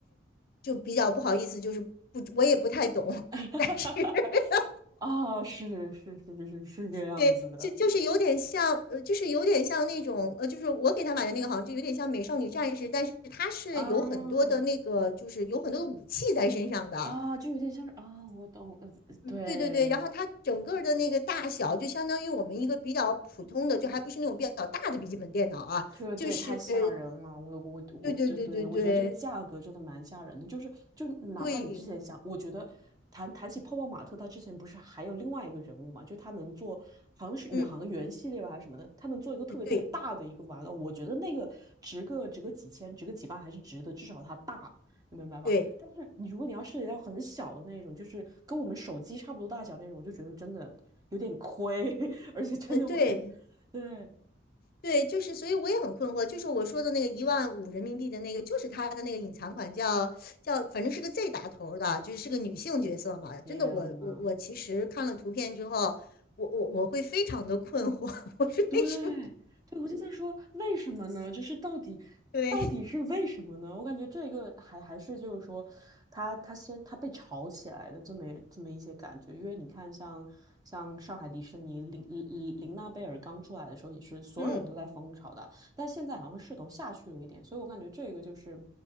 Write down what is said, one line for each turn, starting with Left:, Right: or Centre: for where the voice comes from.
Left: 就比较不好意思，就是不，我也不太懂，
Right: <laughs>
Left: 但是 <laughs>
Right: 啊，是是是是是是这样子的，
Left: 对，就就是有点像，呃，就是有点像那种，呃，就是我给他买的那个，好像就有点像美少女战士，但是他是有很多的那个，
Right: 啊
Left: 就是有很多的武器在身上的。
Right: 啊，就有点像是啊，我懂，呃对，
Left: 嗯对对对，然后它整个的那个大小就相当于我们一个比较普通的，就还不是那种比较大的笔记本电脑啊，
Right: 这个这也太吓人了，
Left: 就是对
Right: 我我我，
Left: 对对对对
Right: 对对，我觉得这个价格真的蛮吓人的，就是就哪怕你之前想，
Left: 对，
Right: 我觉得谈谈起泡泡玛特，他之前不是还有另外一个人物嘛，就他能做好像是宇航员系列吧还是什么的，
Left: 嗯，
Right: 他能做一个特别特别大的一个玩偶，
Left: 呃对
Right: 我觉得那个值个值个几千，值个几万还是值得，至少它大，你明白吧？
Left: 对，
Right: 但是你如果你要涉及到很小的那种，就是跟我们手机差不多大小那种，我就觉得真的有点亏，<laughs> 而且真的我感觉，
Left: 呃对
Right: <laughs> 对，
Left: 对，就是所以我也很困惑，就是我说的那个一万五人民币的那个，就是它的那个隐藏款叫叫，反正是个 Z 打头儿的，就是是个女性角色嘛，真的我我我其实看了图片之后，
Right: 天呐。
Left: 我我我会非常的困惑，<laughs> 我是为什么
Right: 对，对，我就在说为什么呢？就是到底，
Left: 对
Right: 到底是为什么呢？我感觉这个还还是就是说他，他先他被炒起来的这么这么一些感觉，因为你看像像上海迪士尼林林林娜贝尔刚出来的时候，也是所有人都在疯炒的。
Left: 嗯。
Right: 但现在好像势头下去了一点，所以我感觉这个就是